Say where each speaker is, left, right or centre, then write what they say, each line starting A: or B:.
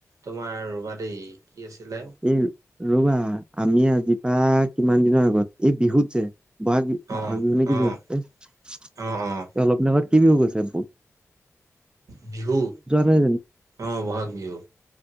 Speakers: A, on the right (about 85°); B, on the right (about 15°).
A: তোমাৰ ৰ'বা দেই কি আছিলে
B: এই ৰ'বা আমিয়ে আজি বা কিমান দিনৰ আগত এই বিহুত যে বহাগ বি
A: অ',
B: বহাগ বিহু নে
A: অ',
B: কি, এই
A: অ', অ'।
B: অলপ দিনৰ আগত কি বিহু গৈছে বাও
A: বিহু
B: নাই
A: অঁ বহাগ বিহু।